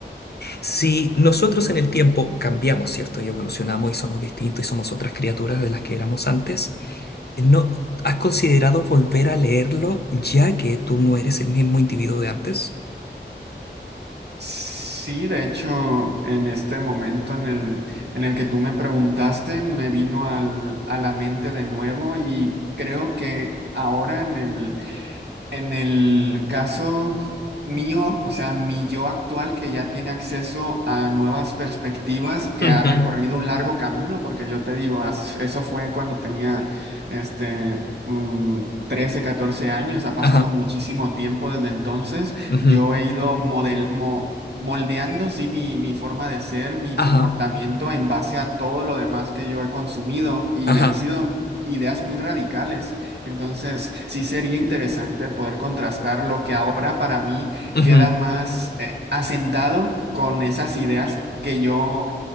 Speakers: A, on the left; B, on the right.
A: Si nosotros en el tiempo cambiamos, ¿cierto? Y evolucionamos y somos distintos y somos otras criaturas de las que éramos antes, ¿no has considerado volver a leerlo ya que tú no eres el mismo individuo de antes?
B: Sí, de hecho, en este momento en el, en el que tú me preguntaste, me vino al- a la mente de nuevo y creo que ahora en el En el caso mío, o sea, mi yo actual que ya tiene acceso a nuevas perspectivas, que
A: Ujú.
B: ha recorrido un largo camino, porque yo te digo, as- eso fue cuando tenía este, mm, 13, 14 años, ha pasado
A: Ajá,
B: muchísimo tiempo desde entonces,
A: ujú,
B: yo he ido model, mo- moldeando, sí, mi, mi forma de ser, mi
A: ajá,
B: comportamiento en base a todo lo demás que yo he consumido y
A: ajá,
B: han sido ideas muy radicales. Entonces, sí sería interesante poder contrastar lo que ahora para mí
A: ujú,
B: queda más eh, asentado con esas ideas que yo,